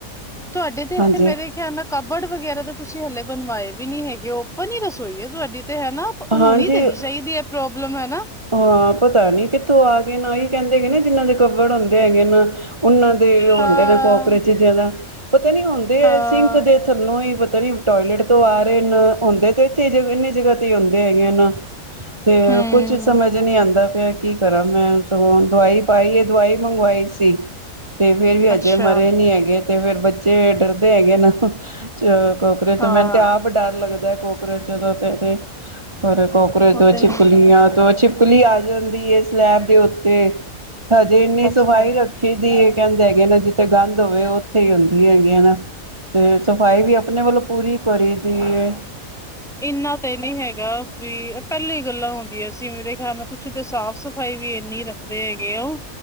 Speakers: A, in the centre; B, on the right.
A: ਤੁਹਾਡੇ ਤੇ ਇੱਥੇ
B: ਹਾਂਜੀ
A: ਮੇਰੇ ਖਿਆਲ ਨਾਲ ਕਬੜ ਵਗੈਰਾ ਦਾ ਤੁਸੀਂ ਹਲੇ ਬਣਵਾਏ ਵੀ ਨੀ ਹੈਗੇ ਓਪਨ ਹੀ ਰਸੋਈ ਏ ਤੁਹਾਡੀ ਤੇ। ਹਨਾ ਹੋਣੀ
B: ਹਾਂਜੀ
A: ਦੇਣੀ ਚਾਹੀਦੀ ਇਹ ਪ੍ਰੋਬਲਮ ਹੈ ਨਾ
B: ਹਾਂ ਪਤਾ ਨੀ ਕਿੱਥੋਂ ਆ ਗਏ ਨੇ ਉਹੀ ਕਹਿੰਦੇ ਗੇ ਨੇ ਜਿਹਨਾਂ ਦੇ ਕੱਬੜ ਹੁੰਦੇ ਹੈਗੇ ਨ, ਉਹਨਾਂ ਦੇ ਹੁੰਦੇ
A: ਹਾਂ
B: ਨੇ ਕੋਕਰੇ ਚ ਜਿਆਦਾ ਪਤਾ ਨੀ ਹੁੰਦੇ
A: ਹਾਂ
B: ਹੈ, ਸਿੰਕ ਦੇ ਥੱਲੋਂ ਹੀ ਪਤਾ ਨੀ ਟੋਇਲੇਟ ਤੋਂ ਆ ਰਹੇ ਨ ਹੁੰਦੇ ਤੇ ਇਥੇ ਇੰਨੀ ਜਗ੍ਹਾ ਤੇ ਹੁੰਦੇ ਹੈਗੇ ਨਾ ਤੇ
A: ਹਮ
B: ਕੁਛ ਸਮਝ ਨਹੀਂੀ ਆਉਂਦਾ। ਕੀ ਕਰਾਂ ਮੈਂ ਸਗੋਂ ਦਵਾਈ ਪਾਈ ਇਹ ਦਵਾਈ ਮੰਗਵਾਈ ਸੀ ਅਤੇ ਫਿਰ ਵੀ
A: ਅੱਛਾ
B: ਅਜੇ ਮਰੇ ਨਹੀਂ ਹੈਗੇ ਤੇ ਫੇਿਰ ਬੱਚੇ ਡਰਦੇ ਹੈਗੇ ਨੇ ਚ ਕੋਕਰੋਚ ਤੋਂ
A: ਹਾਂ
B: ਮੈਨੂੰ ਤੇ ਆਪ ਡਰ ਲੱਗਦਾ ਕਕਰੋਚ ਜਦੋਂ ਤੇ ਥੇ ਅੱਛ ਪਰਰ ਕਕਰੋਚ
A: ਉਹ
B: ਤੋਂ
A: ਤੇ
B: ਛਿਪਕਲੀਆਂ
A: ਹੈ
B: ਤੋਂ ਅੱਛੀ ਛਿਪਚਕਲੀ ਆ ਜਾਂਦੀ ਹੈ ਸਲੈਬ ਦੇ ਉੱਤੇ ਹਜੇ ਇੰਨੀ
A: ਅੱਛਾ
B: ਸਫ਼ਾਈ ਰੱਖੀ ਦੀ ਹੈ ਕਹਿੰਦੇ ਹੈਗੇ ਨਾ ਜਿੱਥੇ ਗੰਦ ਹੋਵੇ ਉੱਥੇ ਹੀ ਹੁੰਦੀ ਹੈਗੀ ਨਾ ਤੇ ਸਫ਼ਾਈ ਵੀ ਆਪਣੇ ਵੱਲੋਂ ਪੂਰੀ ਕਰੀ ਦੀ ਏ।
A: ਇਨਾ ਤੇ ਨਹੀਂੀ ਹੈਗਾ ਹੈ ਵੀ ਪਹਿਲੀ ਗੱਲਾਂ ਹੁੰਦੀਆਂ ਸੀ ਮੇਰੇ ਖਿਆਲ ਨਾਲ ਤੁਸੀਂ ਤੇ ਸਾਫ਼ ਸਫ਼ਾਈ ਵੀ ਇੰਨੀ ਰੱਖਦੇ ਹੈਗੇ ਹੋ